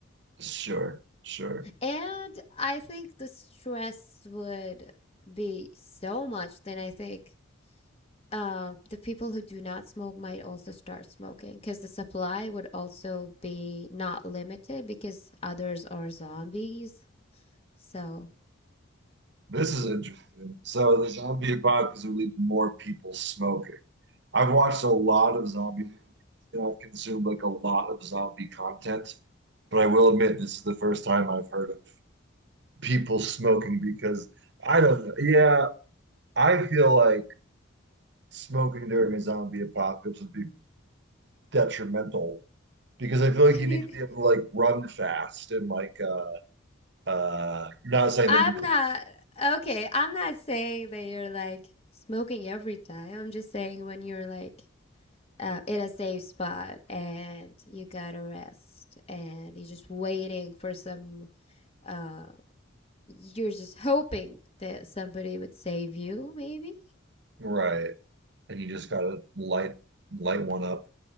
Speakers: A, on the right; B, on the left.
A: Sure, sure.
B: And I think the stress would be so much, then I think uh, the people who do not smoke might also start smoking because the supply would also be not limited because others are zombies. So.
A: This is interesting. So the zombie apocalypse would lead to more people smoking. I've watched a lot of zombie movies and I've consumed like a lot of zombie content, but I will admit this is the first time I've heard of people smoking because I don't know. Yeah, I feel like smoking during a zombie apocalypse would be detrimental because I feel
B: <laughs>
A: like you need to be
B: <laughs>
A: able to like run fast and like uh Uh, not saying
B: I'm
A: that you
B: not okay. I'm not saying that you're like smoking every time. I'm just saying when you're like uh, in a safe spot and you gotta rest and you're just waiting for some. Uh, you're just hoping that somebody would save you, maybe.
A: right, and you just gotta light light one up.